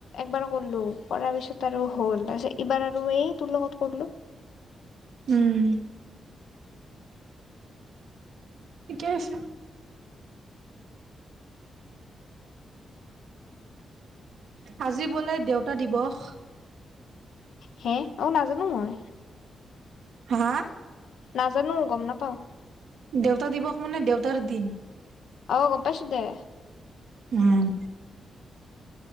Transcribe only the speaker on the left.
একবাৰ কৰিলো কৰাৰ পিছত আৰু হ'ল তাৰপিছত এইবাৰ আৰু এই তোৰ লগত কৰিলো-
হেঁ, অঁ নাজানো মই।
নাজানো গম নাপাওঁ।
অ গম পাইছো দে।